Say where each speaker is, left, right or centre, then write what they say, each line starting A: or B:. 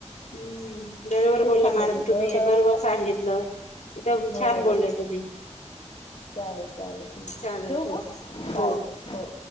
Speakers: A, on the left; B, on the left.
A: हम्म बरोबर बोलल
B: सांगायचं
A: मॅडम
B: होतं
A: तुम्ही
B: का
A: बरोबर सांगितलं एकथ
B: हो
A: छान बोलला तुम्ही
B: चालेल चालेल ठीक आहे
A: चालेल
B: ठवऊ
A: ठेव
B: म
A: हो
B: बाय हो